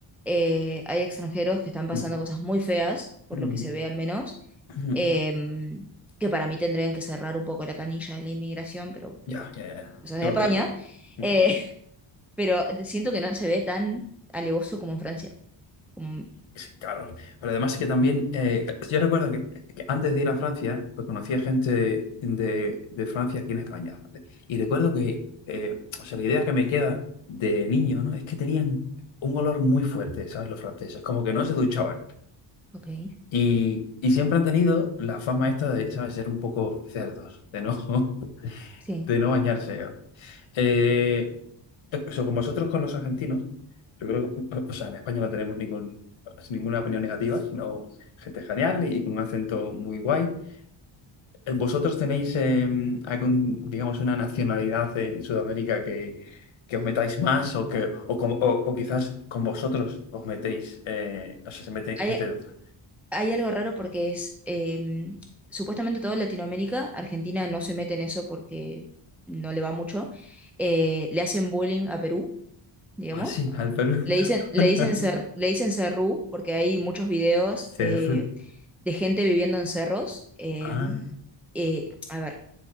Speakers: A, in the centre; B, on the left.
A: eh, hay extranjeros que están pasando
B: Ujú,
A: cosas muy feas, por
B: ujú,
A: lo que se ve al menos,
B: ujú.
A: em, que para mí tendrían que cerrar un poco la canilla de la inmigración, pero, pero
B: Ya, ya, ya.
A: cosas
B: Yo
A: de España,
B: lo creo igual. Ujú.
A: eh, <laughs> pero siento que no se ve tan alevoso como en Francia. Como,
B: Sí, claro. Pero además que también, eh, yo recuerdo que, que antes de ir a Francia, pues conocía gente de, de Francia aquí en España, ¿vale? Y recuerdo que, eh, o sea, la idea que me queda de niño, ¿no? Es que tenían un olor muy fuerte, ¿sabes? Los franceses, como que no se duchaban.
A: ok,
B: Y, y siempre han tenido la fama esta de, ¿sabes? Ser un poco cerdos, de no,
A: sí.
B: <laughs> de no bañarse. Eh, eso, con vosotros, con los argentinos, yo creo que, o sea, en España no tenemos ningún, ninguna opinión negativa, sino gente genial y con un acento muy guay. Eh, ¿Vosotros tenéis eh, algún, digamos, una nacionalidad en Sudamérica que, que os metáis más o que o, con- o- o quizás con vosotros os metéis, eh, o sea, se meten
A: Hay,
B: gente de otra?
A: hay algo raro porque es em, supuestamente todo Latinoamérica, Argentina no se mete en eso porque no le va mucho, eh, le hacen bullying a Perú, digamos.
B: Ah, sí, al Perú.
A: Le dicen,
B: <laughs>
A: le dicen, cer- le dicen cerrú porque hay muchos videos
B: Cerro.
A: de, de gente viviendo en cerros. em,
B: Ah,
A: eh, a ver,